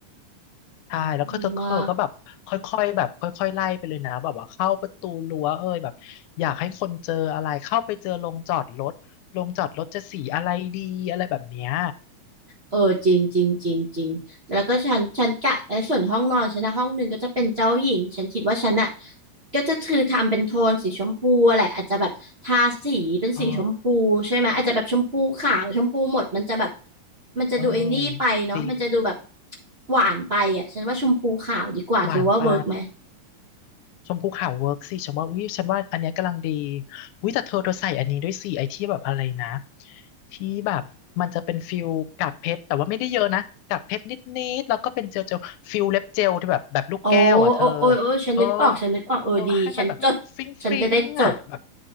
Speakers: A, on the left; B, on the right.
A: ใช่แล้วก็เธอเธอก็แบบค่อยๆแบบค่อยๆไล่ไปเลยนะแบบว่าเข้าประตูรั้วเอ้ยแบบอยากให้คนเจออะไรเข้าไปเจอโรงจอดรถโรงจอดรถจะสีอะไรดีอะไรแบบเนี้ย
B: ดีมาก เออจริงจริงจริงจริงแล้วก็ฉันฉันกะและส่วนห้องนอนฉันนะห้องหนึ่งก็จะเป็นเจ้าหญิงฉันคิดว่าฉันอ่ะก็จะคือทำเป็นโทนสีชมพูอะไรอาจจะแบบทาสีเป็นสีชมพูใช่ไหมอาจจะแบบชมพูขาวชมพูหมดมันจะแบบ
A: อ๋อ
B: มันจะดูไอ้นี่ไปเนาะมันจะดูแบบ
A: เออจริง
B: หวานไปอ่ะฉันว่าชมพูขาวดีกว่าเธอว่าเวิร์กไหม
A: หวานไป ชมพูขาวเวิร์กสิฉันว่าอุ้ยฉันว่าอันเนี้ยกำลังดีอุ้ยแต่เธอเธอใส่อันนี้ด้วยสิไอที่แบบอะไรนะที่แบบมันจะเป็นฟิลกากเพชรแต่ว่าไม่ได้เยอะนะกากเพชรนิดๆแล้วก็เป็นเจลเจลฟิลเล็บเจลที่แบบแบบลูกแก้วอ่ะเธอ
B: โอ้โอ้โอ้โอ้ฉันนึกออกฉันนึกออกเออดีฉันจดฉันจะได้จด
A: เออโอ้ให้มันแบบฟริ้งฟริ้งอ่ะแบบ